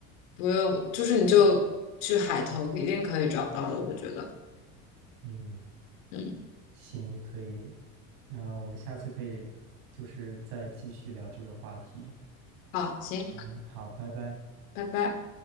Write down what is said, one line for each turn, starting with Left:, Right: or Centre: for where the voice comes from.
Left: 不用，就是你就去海投，一定可以找到的，我觉得，
Right: 嗯，
Left: 嗯，
Right: 行，可以。那我们下次可以就是再继续聊这个话题。
Left: 好，行，
Right: 嗯，好，拜拜。
Left: 拜拜。